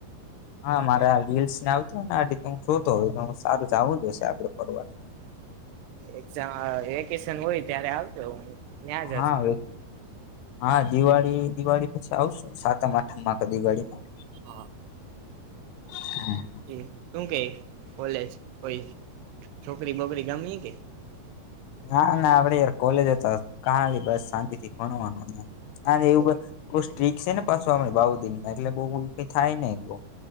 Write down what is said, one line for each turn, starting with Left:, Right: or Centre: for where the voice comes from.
Left: હા, મારે આ રીલ્સ ને આવતું ને તે હું જોતો તો સારું ઝાવું જ હશે આપડે ફરવા
Right: આ એકઝા વેકેશન હોય ત્યારે આવતો હું. ત્યાં જ
Left: હા
Right: હશે.
Left: અવે હા દિવાળી, દિવાળી પછી આવશું. સાતમ આઠમ માં ક દિવાળીમાં.
Right: આ હા.
Left: હં
Right: જે તું કે કોલેજ ઓઈ છોકરી બોકરી ગમી કે
Left: ના ના આપડે, કોલેજ ત કાલી બસ શાંતિ થી ભણવાનનું. અરે
Right: હ
Left: એવું બ બો સ્ટ્રીક સે ને પાસુ આપણે બાઉદીનમાં એટલે બઉુ કે થાય નઈ બો.